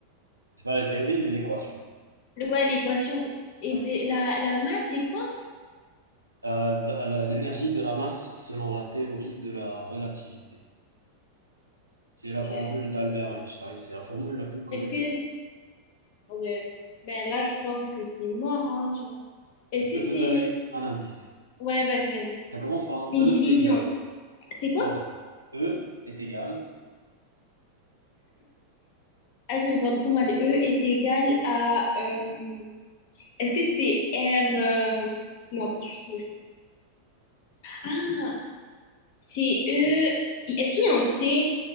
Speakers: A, on the right; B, on the left.
A: C'est pas la théorie, mais l'équation.
B: Ouais, l'équation. Et
A: Ouais.
B: des- la, la masse, c'est quoi?
A: Euh, de la- la- l'énergie de la masse selon la théorie de la relativité. C'est la formule
B: Euh,
A: d'Albert Einstein. C'est la formule la plus connue,
B: Est-ce que...
A: je pense.
B: ouais. Ben là, je pense que c'est mort, hein, genre. Est-ce
A: Je peux
B: que c'est...
A: te donner un indice.
B: Ouais, vas-y, vas-y.
A: Ça commence par un
B: Une
A: E
B: division.
A: égal.
B: C'est quoi?
A: Non, c'est- E est égal.
B: Ah, je me sens trop mal. E est égal à... euh, Est-ce que c'est R... euh, Non, pas du tout. Ah, c'est E... Est-ce qu'il y a un C